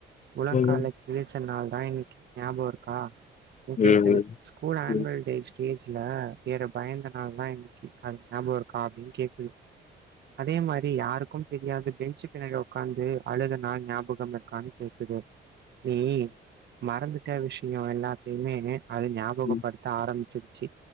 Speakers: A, on the right; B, on the left.
A: முழங்கால
B: ம்
A: கிழிச் நாள் தா இன்னிக்கி ஞாபோருக்கா
B: ம்
A: கேக்குது
B: ம்
A: ஸ்கூல் ஆனுவல்
B: ம்
A: டே ஸ்டேஜ்ல யேற பயந்த நாள் தா இன்னிக்கு அது ஞாபோ இருக்கா அப்டின்னு கேக்குது அதே மாரி யாருக்கும் தெரியாது பெஞ்சு பிண்ணாடி உட்கா காந்து அழுத நாள் ஞாபகம் இருகான்னு கேக்குது ம் மறந்து கெட்ட விஷயோ எல்லாத்தையுமே அது ஞாபகப்படுத்த
B: ம்
A: ஆரம்பிச் ரிச்சி